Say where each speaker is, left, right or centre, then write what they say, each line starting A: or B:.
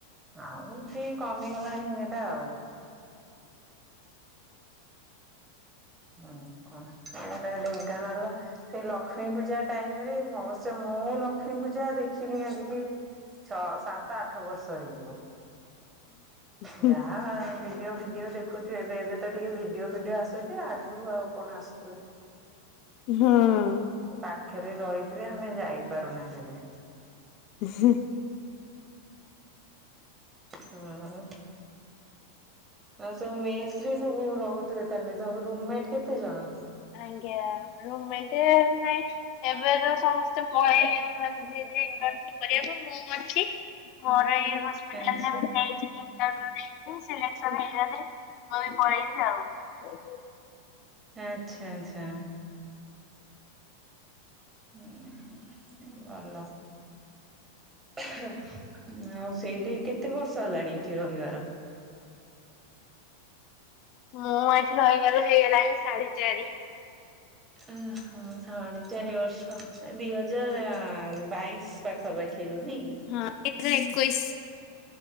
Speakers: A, on the right; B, on the left.
A: ଆଉ ଟିକେ କମିଗଲାଣି ଏଇଟା ଆଉ ଆଉ କଣ ଏଇଟା ଡେଙ୍କାନାଳ ସେଇ ଲକ୍ଷ୍ମୀ ପୂଜା ଟାଇମ ରେ ମହାତ୍ସବ ମୁଁ ଲକ୍ଷ୍ମୀ ପୂଜା ଦେଖିନି ଆଜି କି ଛଅ ସାତ ଆଠ ବର୍ଷ ହେଇଯିବ
B: ହୁଁ
A: ଯାହା ଭିଡିଓ ଭିଡିଓ ଦେଖୁଛୁ ଏବେ ଏବେ ତ ଟିକେ ଭିଡିଓ ଭିଡିଓ ଆସୁଛି ଆଗରୁ ଆଉ କଣ ଆସୁଥିଲା
B: ହଁ।
A: ଆଉ ପାଖରେ ରହିକି ଵି ଆମେ ଯାଇପାରୁନା କେବେ
B: ହୁଁ
A: ହଁ ଆଉ ସବୁ ମେସରେ ସବୁ ରହୁଥିବ ତାହେଲେ ସବୁ ରୁମମେଟ କେତେ ଜଣ
B: ଆଜ୍ଞା ରୁମ ମେଟ ନାଇଁ ଏବେ ତ ସମସ୍ତେ ପଳେଇଲେଣି ମାନ ଧୀରେ ଧୀରେ ଇଣ୍ଟସି କରିବାକୁ ମୁଁ ଅଛି ମୋର ଏଇ ହସ୍ପିଟାଲରେ
A: ଆଚ୍ଛା
B: ମୁଁ ଯାଇଥିଲ ନେଇ ସିଲେସ ହେଇଗ ମୁଁ ବି ପଳେଇଲିି ଆଉ <inaudible>
A: ଆଚ୍ଛା ଆଚ୍ଛା ହୁଁ ଭଲ ଆଉ ସେଇଠି କେତେ ବର୍ଷ ହେଲାଣି ଏଇଠି ରହିବାର
B: ମୁଁ ଏଠି ରହିବାର ହେଇଗଲାଣି ସାଢେ ଚାରି
A: ଓ ହୋ ସାଢ଼େ ଚାରି ବର୍ଷ ଦି ହଜାର
B: ଆଜ୍ଞା।
A: ବାଇଶି ପାଖାପାଖିରୁ ନାଇଁ କି
B: ହଁ ଏକ <inaudible> ହଜାର ଏକୋଇଶି